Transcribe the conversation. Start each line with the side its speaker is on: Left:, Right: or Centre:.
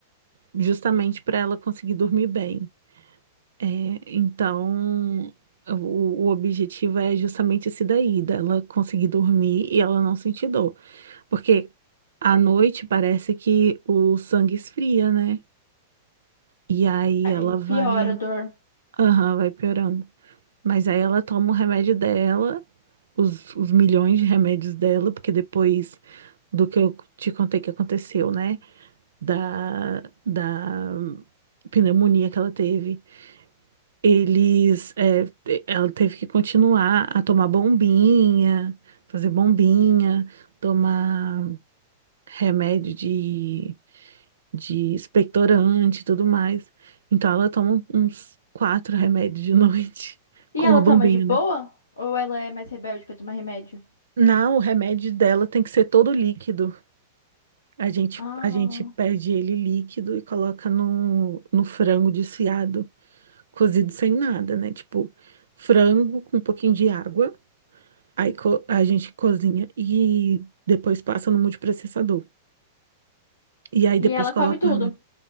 Right: justamente pra ela conseguir dormir bem. É, então, o, o objetivo é justamente esse daí, dela conseguir dormir e ela não sentir dor. Porque à noite parece que o sangue esfria, né? E aí
Left: Aí
Right: ela vai,
Left: piora a dor.
Right: aham, vai piorando. Mas aí ela toma o remédio dela, os, os milhões de remédios dela, porque depois do que eu te contei que aconteceu, né? Da, da pneumonia que ela teve. Eles, é, ela teve que continuar a tomar bombinha, fazer bombinha, tomar remédio de, de expectorante e tudo mais. Então ela toma um, uns quatro remédios de <laughs> noite
Left: E
Right: com
Left: ela
Right: uma bombinha,
Left: toma de boa?
Right: né?
Left: Ou ela é mais rebelde pra tomar remédio?
Right: Não, o remédio dela tem que ser todo líquido. A gente,
Left: Ah.
Right: a gente pede ele líquido e coloca no, no frango desfiado, cozido sem nada, né? Tipo, frango com um pouquinho de água. Aí co- a gente cozinha e depois passa no multiprocessador. E aí
Left: E
Right: depois
Left: ela
Right: coloca
Left: come tudo.
Right: o remédio.